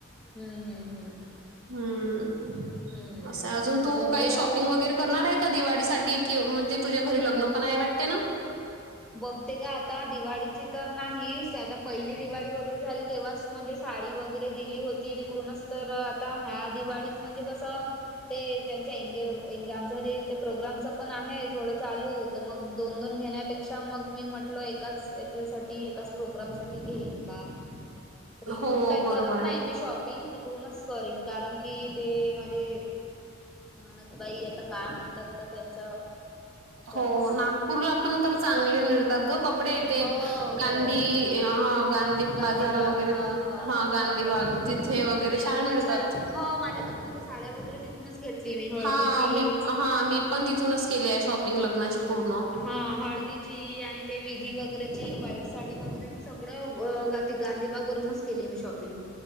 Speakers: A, in the centre; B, on the right.
A: हम्म हम्म हम्म
B: हम्म
A: हम्म
B: असं अजून तू
A: डोंबिवलीला
B: काही शॉपिंग वगेरे करणार आहे का दिवाळीसाठी किंवा म्हणजे तुझ्या घरी लग्न पण आहे वाटते ना
A: बघते ग आता दिवाळीची तर नाहीच आता पहिली दिवाळी वगैरे झाली तेव्हाच म्हणजे साडी वगैरे दिली होती तिकडूनच तर आता ह्या दिवाळीत म्हणजे कसं ते त्यांच्या एनगेज आमच्या घरी ते प्रोग्रामचं पण आहे थोडं चालू तर मग दोन दोन घेण्या पेक्षा मग मी म्हटल एकाच याच्यासाठी एकाच प्रोग्राम साठी घेईन बा तर इकडून
B: हो,
A: काही
B: बरोबर
A: करत
B: आहे.
A: नाही मी शॉपिंग तिकडूनच करीन कारण की ते माझे ननंदबाई आता काय म्हणतात तर त्यांच्या याच्यानेच
B: हो नागपूरला पण तर चांगले मिळतात ग कपडे
A: हो
B: ते गांधी
A: हो
B: अ ह गांधी
A: गांधीबाग
B: बाजार वगैरे
A: हा
B: हा
A: हो
B: गांधी
A: चांगलं
B: बाग
A: म्हणतात
B: तिथे
A: मी
B: वगैरे
A: तर लग्नाच्या
B: छान मिळतात
A: हो माझ्या लग्नाच्या साड्या वगैरे तिथुन च घेतली मी हळदीची
B: हा मी हा मी पण तिथूनच केली आहे शॉपिंग लग्नाची पूर्ण
A: हा हळदीची आणि ते विधी वगैरेची व्हाईट साडी वगैरे सगळं ग गांधीबाग वरूनच केली मी शॉपिंग